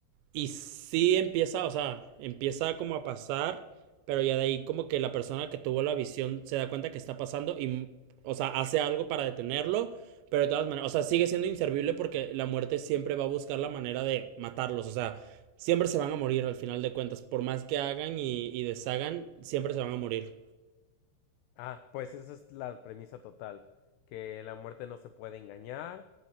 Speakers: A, on the right; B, on the left.
A: Y sí empieza, o sea, empieza como a pasar, pero ya de ahí como que la persona que tuvo la visión se da cuenta que está pasando y, o sea, hace algo para detenerlo, pero de todas maneras, o sea, sigue siendo inservible porque la muerte siempre va a buscar la manera de matarlos, o sea, siempre se van a morir al final de cuentas, por más que hagan y, y deshagan, siempre se van a morir.
B: Ah, pues esa es la premisa total, que la muerte no se puede engañar